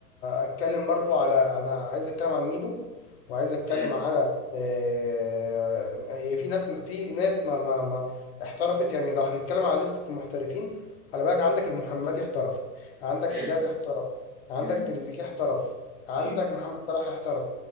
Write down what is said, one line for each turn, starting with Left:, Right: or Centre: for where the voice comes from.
Left: اتكلم برضو على انا عايز اتكلم عن ميدو وعايز اتكلم
Right: امم
Left: على آه، هي في ناس في ناس ما ما ما احترفت يعني لو هنتكلم على لستة المحترفين خلي بالك عندك المحمدي احترف عندك
Right: امم
Left: حجازي احترف عندك
Right: امم
Left: تريزيجيه احترف عندك
Right: ايوه
Left: محمد صلاح احترف